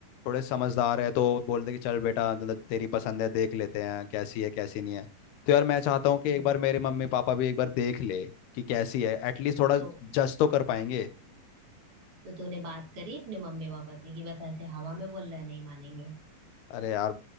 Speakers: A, on the left; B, on the right.
A: थोड़े समझदार है तो बोलते कि चल बेटा मतलब तेरी पसंद है देख लेते हैं कैसी है कैसी नहीं है तो यार मैं चाहता हूँ कि
B: हम्म
A: एक बार मेरे मम्मी पापा भी एक बार देख ले कि कैसी है एटलीस्ट थोड़ा
B: तो
A: जज तो कर पाएंगे
B: तो तूने बात करी अपने मम्मी पापा से कि बस ऐसे हवा में बोल रहा है नहीं मानेंगे
A: अरे यार